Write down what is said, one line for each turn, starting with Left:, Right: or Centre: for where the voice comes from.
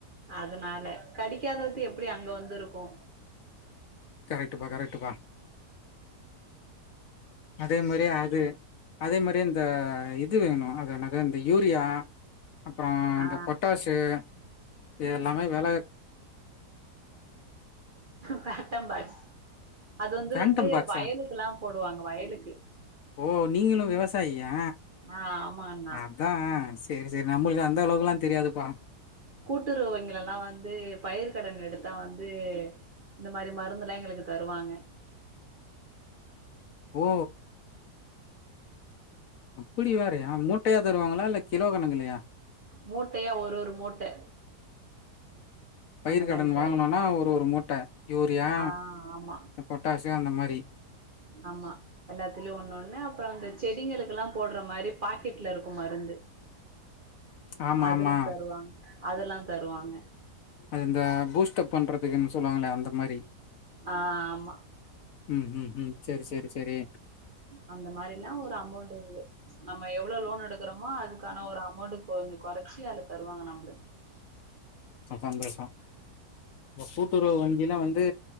Right: அதனால கடிக்காதது எப்டி அங்க வந்து இருக்கு
Left: கரெக்ட்டுப்பா கரெக்ட்டுப்பா அதே மாரி அது அதே மாரி இந்த இது வேணு அது என்னது இந்த யூரியா அப்றோ
Right: ஆ
Left: இந்த பொட்டாசு இது எல்லாமே வில
Right: பேட்டம்பாட்ஸ் அது வந்து
Left: ஃபேண்டம்
Right: வந்து
Left: பாக்ஸா
Right: வயலுக்கெல்லா வந்து போடுவாங்க வயலுக்கு
Left: ஓ நீங்களு விவசாயியா
Right: ஆ ஆமாண்
Left: அதா சேர் சேரி நம்முளுக்கு அந்த அளவுக்கெலா தெரியாதுப்பா
Right: கூட்டுறவு வங்கிலலா வந்து பயிர்கடன் எடுத்தா வந்து இந்த மாரி மருந்துலா எங்களுக்கு தருவாங்க
Left: ஓ அப்டி வேறையா மூட்டையா தருவாங்களா இல்ல கிலோ கணக்குலயா
Right: மூட்டையா ஒரு ஒரு மூட்ட
Left: பயிர்
Right: அந்த
Left: கடன்
Right: மாரி
Left: வாங்குனோனா
Right: தருவாங்க
Left: ஒரு ஒரு மூட்ட யூரியா
Right: ஆ ஆமா
Left: பொட்டாசு அந்த மாரி
Right: ஆமா எல்லாத்துலயு ஒண்ணு ஒண்ணு அப்றோ இந்த செடிங்களுக்கெல்லா போடுற மாரி பாக்கெட்ல இருக்கு மருந்து
Left: ஆமா
Right: அதுல்லா
Left: ஆமா
Right: தருவாங்க அதெல்லா தருவாங்க
Left: அது இந்த பூஸ்டப் பண்றதுக்குன்னு சொல்லுவாங்கள அந்த மாரி
Right: ஆ ஆமா
Left: ம் ம் ம் சேரி சேரி சேரி
Right: அந்த மாரில்லா ஒரு அமௌண்ட் இது நம்ம எவ்ளோ லோன் எடுக் குறமோ அதுக்கான ஒரு அமௌண்ட் கொஞ்சோ குறச்சு அதுல தருவாங்க நம்ளு
Left: சந்தோஷ இப்ப கூட்டுறவு வங்கியில வந்து